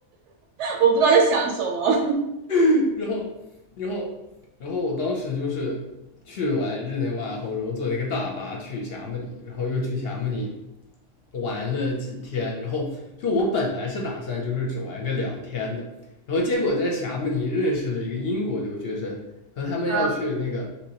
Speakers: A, on the right; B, on the left.
A: 我不知道在想什么。
B: <laughs> 然后，然后，然后我当时就是去完日内瓦后，然后坐那个大巴去霞慕尼，然后又去霞慕尼玩了几天，然后就我本来是打算就是只玩个两天的，然后结果在霞慕尼认识了一个英国留学生，和他们要去那个
A: 啊